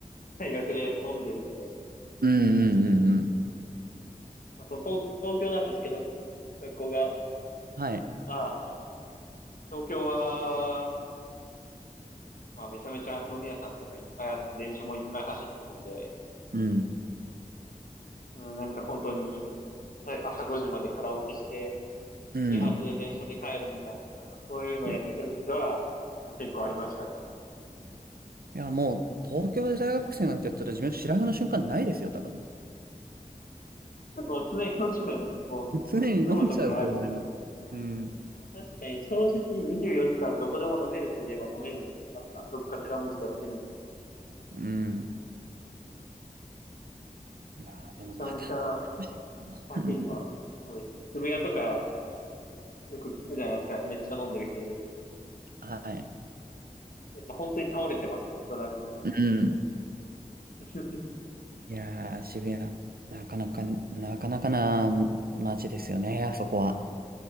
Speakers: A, on the left; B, on the right.
A: 大学で飲んでるんで。
B: うんうんうんうん。
A: まあ、その東、東京なんですけど、学校が、
B: はい。
A: まあ、東京は、まあ、めちゃめちゃ飲み屋さんとかいっぱいあって、電車もいっぱい走ってるんで、
B: うん。
A: うん、なんか本当に、はい朝5時までカラオケして、
B: うん。
A: 始発で電車で帰るみたいな、そういうのをやってた時期は、
B: うん
A: まあ結構ありましたね。
B: いや、もう東京で大学生なんてやったら自分白髪の瞬間ないですよ、多分。
A: もう常に飲んじゃう、もう、
B: <laughs> 常に飲んじゃうと思います。
A: 飲むところありすぎて。
B: うん。
A: まあ確かに正直24時間どこでも飲めるといえば飲めるんで、なんかどっかしらお店やってるんで、
B: うん。いやー、でもまた。
A: めちゃめちゃ
B: <laughs>
A: 酒には、
B: うん。
A: そうですね。渋谷とかよく聞くじゃないですか。めっちゃ飲んでる人いるって。
B: はい。
A: やっぱ本当に倒れてますよ、人何人も。
B: うん。
A: <laughs>
B: いやー、渋谷、なかなか、なかなかな街ですよね、あそこは。